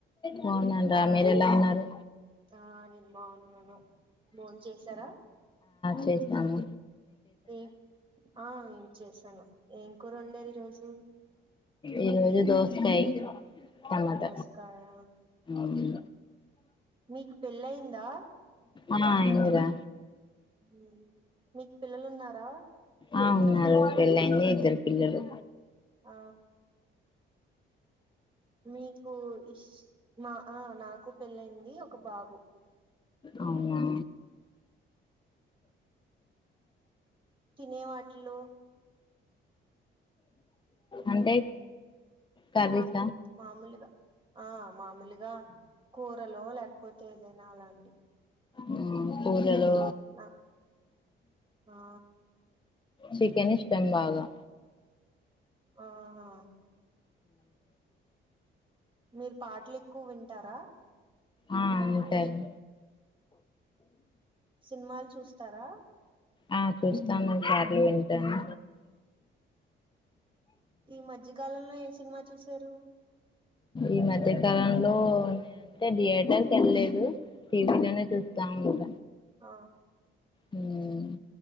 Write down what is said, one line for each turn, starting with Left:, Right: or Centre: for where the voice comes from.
Left: బాగున్నాను రా మీరెలా ఉన్నారు
Right: ఆ నేను బాగున్నాను బోం చేసారా
Left: చేశాము
Right: ఏం ఆ ఏం చేసాను ఏం కూర వండారు ఈరోజు
Left: ఈరోజు దోసకాయ్ టమాట
Right: దోసకాయ
Left: ఉమ్మ్
Right: మీకు పెళ్ళయిందా
Left: ఆ అయ్యిందిరా
Right: ఉమ్మ్ మీకు పిల్లలు ఉన్నారా
Left: ఆ ఉన్నారు పెళ్ళయింది ఇద్దరు పిల్లలు
Right: ఆ మీకు ఇష్ మా ఆ నాకు పెళ్ళైంది ఒక బాబు
Left: అవునా
Right: తినే వాటిలో
Left: అంటే కర్రీస్
Right: మామూలుగా ఆ మామూలుగా కూరలో లేకపోతే ఎదైనా అలాంటి
Left: ఉమ్మ్ కూరలో
Right: నా ఆ
Left: చికెన్ ఇష్టం బాగా
Right: ఆహా మీరు పాటలు ఎక్కువ వింటారా
Left: ఆా అంతే అని
Right: సినిమాలు చూస్తారా
Left: ఆ చూస్తాను పాటలు వింటాను
Right: ఈ మధ్యకాలంలో ఏం సినిమా చూసారు
Left: ఈ మధ్యకాలంలో అంటే థియేటర్కి వెళ్లేదు టీవీ లోనే చూస్తా ఉంట
Right: ఆ
Left: హ్మ్మ్